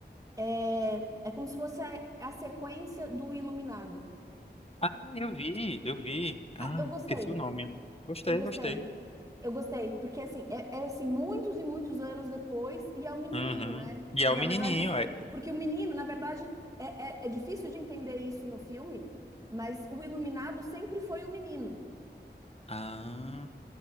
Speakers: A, on the right; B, on the left.
A: É, é como se fosse a, a sequência do Iluminado.
B: Ah, eu vi, eu vi. Ai,
A: Ah, Eu gostei.
B: esqueci o nome. Gostei,
A: Eu gostei.
B: gostei.
A: Eu gostei, porque assim, é, é, assim, muitos e muitos anos depois, e é o menininho,
B: Uhum.
A: né?
B: E
A: Que
B: é o
A: na
B: menininho,
A: verdade,
B: é.
A: porque o menino, na verdade, é, é, é difícil de entender isso no filme, mas o iluminado sempre foi o menino.
B: Ah,